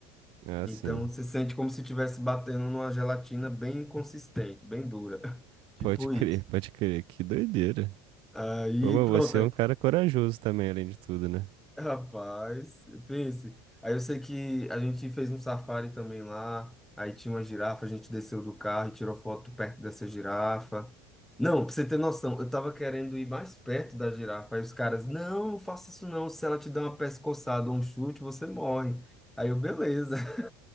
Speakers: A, on the right; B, in the centre.
A: Ah,
B: Então
A: sim.
B: você sente como se estivesse batendo numa gelatina bem consistente, bem dura. <laughs> Tipo
A: Pode crer,
B: isso.
A: pode crer. Que doideira.
B: Aí
A: Ô,
B: pronto.
A: mas você é um cara corajoso também, além de tudo, né?
B: Rapaz, pense. Aí eu sei que a gente fez um safari também lá. Aí tinha uma girafa, a gente desceu do carro e tirou foto perto dessa girafa. Não, pra você ter noção, eu tava querendo ir mais perto da girafa. Aí os caras, não, não faça isso não. Se ela te der uma pescoçada ou um chute, você morre. Aí eu, beleza. <laughs>